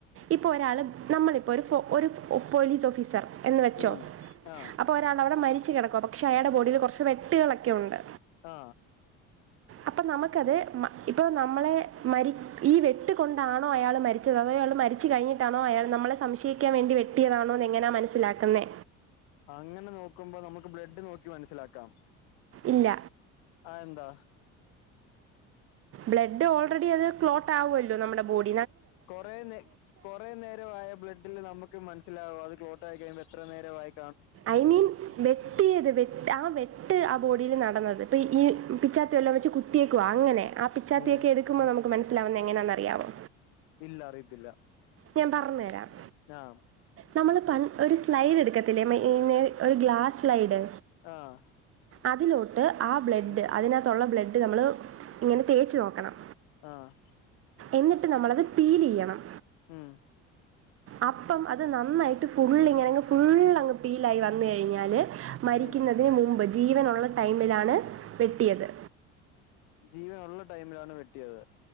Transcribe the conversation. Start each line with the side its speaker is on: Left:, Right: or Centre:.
Right: ഇപ്പൊ ഒരാള് നമ്മളിപ്പോ ഒര് പോലീസ് ഓഫീ സർ എന്ന് വെച്ചോ
Left: ഉം ആ
Right: അപ്പൊ ഒരാളവടെ മരി ച്ച് കിടക്കുക. പക്ഷെ അയാൾടെ ബോഡിയിൽ കൊറച്ച് വെട്ടുകളൊക്കെ ഉണ്ട്
Left: ആ
Right: അപ്പം നമ്മക്കത് ഇപ്പോൾ നമ്മളെ മരി ഈ വെട്ടുകൊണ്ടാണോ അയാൾ മരിച്ചത് അതോ അയാള് മരി ച്ച് കഴിഞ്ഞിട്ടാണോ അയാൾ നമ്മളെ സംശയിക്കാൻ വേണ്ടി വെട്ടിയതാണോ എങ്ങനാ മനസ്സിലാക്കുന്നേ
Left: അങ്ങനെ നോക്കുമ്പോ നമ്മക്ക് ബ്ലഡ് നോക്കി മനസ്സിലാക്കാം
Right: ഇല്ല
Left: അതെന്താ
Right: ബ്ലഡ് ഓൾറെഡി അത് ക്ലോട്ടാവുല്ലോ നമ്മടെ ബോഡി
Left: കൊറേ നേ കൊറേ നേരോ ആയ ബ്ലഡിൽ നമ്മക്ക് മനസി ലാവും അത് ക്ലോട്ടായി കഴിയുമ്പോ എത്ര നേരവായി
Right: ഐ മീൻ വെട്ടിയത് വെ ആ വെട്ട് ബോഡിയിൽ നടന്നത് ഇപ്പൊ ഈ പിച്ചാത്തിവല്ലോം വെച്ച് കുത്തീക്കുവാ അങ്ങനെ ആ പിച്ചാത്തി
Left: ഉം
Right: ഒക്കെ എടുക്കുമ്പോ നമ്മക്ക് മനസി ലാവുന്നേ എങ്ങനാന്നറിയാവോ
Left: ഇല്ല അറിയതില്ല
Right: ഞാൻ പറഞ്ഞ് തരാം
Left: ആഹ്
Right: നമ്മള് പൺ ഒര് സ്ലൈഡ് എടുക്കത്തില്ലേ മ ഒര് ഗ്ലാസ് സ്ലൈഡ്
Left: ആഹ്
Right: അതിലോട്ട് ആ ബ്ലഡ്
Left: ഉം
Right: അതിനാത്തുള്ള ബ്ലഡ് നമ്മള് ഇങ്ങനെ തേച്ച് നോക്കണം
Left: ആഹ്
Right: എന്നിട്ട് നമ്മളത് പീലീയ്യണം
Left: ഉം
Right: അപ്പം അത് നന്നായിട്ട് ഫുള്ളിങ്ങനങ് ഫുള്ളങ്ങ് പീലായി വന്ന് കഴിഞ്ഞാല് മരിക്കുന്നതിന്
Left: ഉം
Right: മുമ്പ് ജീവനുള്ള ടൈമിലാണ് വെട്ടിയത്.
Left: ജീവനുള്ള ടൈമിലാണ് വെട്ടിയത്